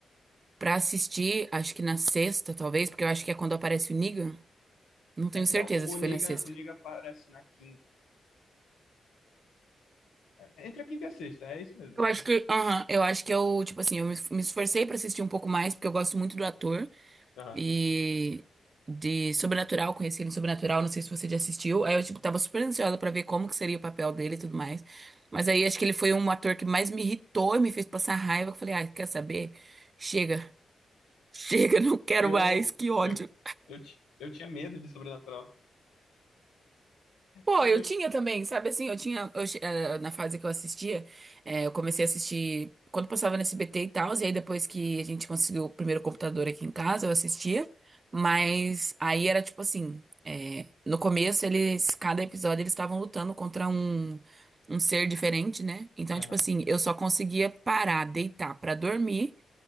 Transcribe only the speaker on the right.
pra assistir, acho que na sexta, talvez, porque eu acho que é quando aparece o Negan. Não tenho
certeza
se
foi
na sexta.
Eu
acho
que, aham, eu acho que eu, tipo assim, eu me me esforcei pra assistir um pouco mais, porque eu gosto muito do ator
e de Sobrenatural, conheci ele em Sobrenatural, não sei se você já assistiu. Aí eu, tipo, tava super ansiosa pra ver como que seria o papel dele e tudo mais. Mas aí acho que ele foi um ator que mais me irritou e me fez passar raiva. Eu falei, ah, quer saber? Chega, <laughs> chega, não quero
mais, que ódio.
Pô,
eu
tinha também, sabe assim, eu tinha, eu, che- eh, na fase que eu assistia, eh, eu comecei a assistir quando passava no SBT e tal, e aí depois que a gente conseguiu o primeiro computador aqui em casa, eu assistia, mas aí era tipo assim, eh, no começo eles, cada episódio eles estavam lutando contra um, um ser diferente, né? Então,
tipo assim, eu só conseguia parar, deitar pra dormir